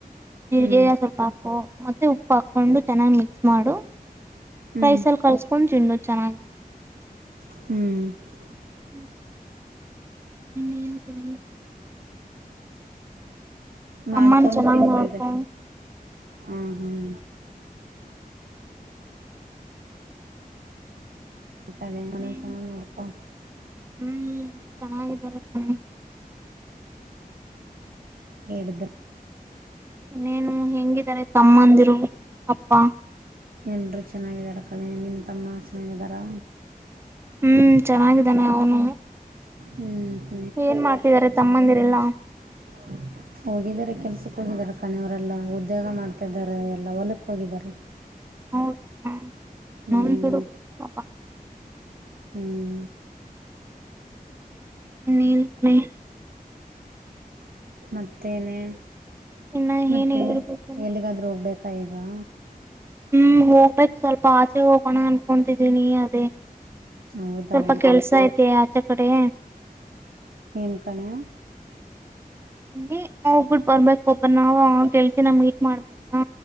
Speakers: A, on the right; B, on the right.
A: ಜೀರಿಗೆಯ
B: ಹ್ಮ್
A: ಸ್ವಲ್ಪ ಹಾಕೊ ಮತ್ತೆ ಉಪ್ಪು ಹಾಕೊಂಡು ಚೆನ್ನಾಗ್ ಮಿಕ್ಸ್ ಮಾಡು
B: ಹ್ಮ್
A: ರೈಸ್ ಅಲ್ಲಿ ಕರ್ಡು ತಿಂಡು ಚೆನ್ನಾಗಿ.
B: ಹ್ಮೂ.
A: ಹ್ಮು. ಇನ್ನ ಏನು <unintelligible>
B: ಮಾಡ್ಕೊಂಡ್
A: ಅಮ್ಮನ ಚೆನ್ನಾಗ್
B: ತಿನ್ಬಿಡ
A: ನೋಡ್ಕೊ
B: ಹ ಹ್ಮ್. <unintelligible>
A: ನೀನ್
B: ಚೆನ್ನಾಗಿ ನೊಡ್ಕೊ
A: ಹ್ಮ್ ಹ ಚೆನ್ನಾಗಿದ್ದಾರೆ. ಕಣೆ
B: <unintelligible>
A: ನೀನು ಹೆಂಗಿದಾರೆ ತಮ್ಮಂದಿರು ಅಪ್ಪಾ
B: ಎಲ್ಲರೂ ಚೆನ್ನಾಗಿದಾರ ಕಳೆ ನಿಮ್ಮ ತಮ್ಮ ಚೆನ್ನಾಗಿದಾರಾ.
A: ಹ್ಮು ಚೆನ್ನಾಗಿದ್ದಾನೆ ಅವನು.
B: ಹ್ಮೂ.
A: ಏನ್ ಮಾಡ್ತಿದಿದಾರೆ ತಮ್ಮಂದಿರೆಲ್ಲಾ
B: ಹ್ಮ <unintelligible> ಹೋಗಿದ್ದಾರೆ ಕೆಲ್ಸಕ್ಕೆ ಹೋಗಿದ್ದಾರೆ ಕಣೆ ಅವರೆಲ್ಲ ಉದ್ಯೋಗ ಮಾಡ್ತಿದ್ದಾರೆ ಎಲ್ಲ ಹೊಲಕ್ಕ್ ಹೋಗಿದಾರೆ.
A: ಹೌದಾ
B: ಹ್ಮ್
A: ಸರಿ ಬಿಡು. ಪಾಪಾ
B: ಹ್ಮೂ.
A: <unintelligible> ನೀನ್
B: ಮತ್ತೇನೆ
A: ಇನ್ನ
B: ಮತ್ತೆ
A: ಏನ್ ಹೇಳ್ಬೇಕು
B: ಎಲ್ಲಿಗಾದ್ರೂ ಹೋಗ್ಬೇಕಾ ತೈಬಾ
A: ಹ್ಮ್ ಹೋಗ್ಬೇಕ್ ಸ್ವಲ್ಪ ಆಚೆ ಹೋಗೋಣ ಅನ್ಕೊತಿದೀನಿ ಅದೇ
B: ಹೌದಾ
A: ಸ್ವಲ್ಪ ಕೆಲ್ಸ ಐತಿ ಆಚೆ ಕಡೆ
B: ಏನ್ ಕಣೆ
A: ಹಂಗೆ ಹೋಗ್ಬಿಟ್ಟ ಬರ್ಬೇಕ್ ಪಾ ನಾವ್ ಗೆಳ್ತಿನ ಮೀಟ್ ಮಾಡ್ಬೇಕಾ